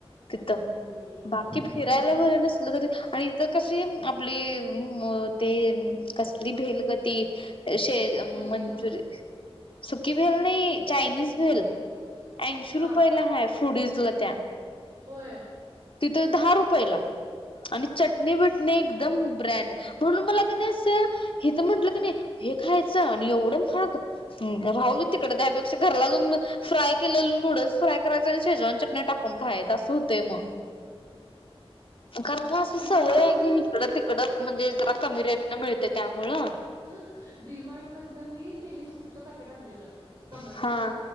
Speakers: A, on the left (about 60°); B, on the right (about 40°).
A: तिथं
B: हम्म.
A: बाकी फिरायला भर नसलं तरी आणि तर कशी आपली ते कसली भेलगती श
B: सुखी
A: मंचुरय
B: बेल
A: सुकी भेल नाही चायनीज भेल
B: मग
A: ऐंशी
B: हा
A: रुपयला हा फुडजला त्या
B: होय
A: तिथे दहा रुपयेला आणि चटणी बटनी एकदम ब्रँड म्हणून मला कनय अस हे तर म्हंटलं का नाही हे खायचं आणि एवढं महाग राहुदे त्यापेक्षा घरला जाऊन फ्राय केले नूडल्स फ्रय करायचा आणि शेजवान चटण्या टाकून खाय अस <unintelligible> कारण अशी
B: मी
A: सवय
B: परवा सूप
A: आहे की
B: पण
A: इकड
B: केलतं
A: तिकड म्हणजे जरा कमी रेट न मिळते त्यामुळ
B: ह डीमार्टमधन मी ते हे सूपचं पॅकेट आणलेलं टोमॅटो
A: हा
B: सूप